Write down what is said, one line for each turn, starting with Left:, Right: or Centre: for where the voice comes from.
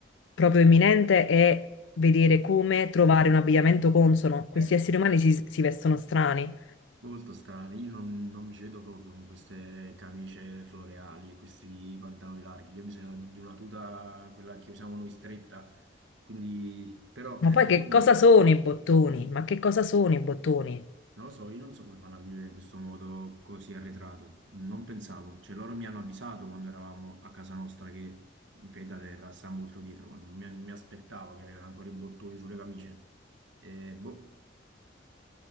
Left: proprio imminente è vedere come trovare un abbigliamento consono. Questi
Right: Eh.
Left: esseri umani si si vestono strani.
Right: Molto strani, io non, non mi ci vedo proprio con queste camicie floreali e questi pantaloni larghi, io ho bisogno di, di una tuta, quella che usiamo noi stretta, quindi però è
Left: Ma poi
Right: l'unico
Left: che
Right: modo.
Left: cosa sono i bottoni? Ma che cosa sono i bottoni?
Right: Non lo so, io non so come fanno a vivere in questo modo così arretrato, non pensavo, cioè loro mi hanno avvisato quando eravamo a casa nostra che il pianeta Terra sta molto dietro, ma non mi, mi aspettavo che arrivassero ancora i bottoni sulle camicie. Eh, boh,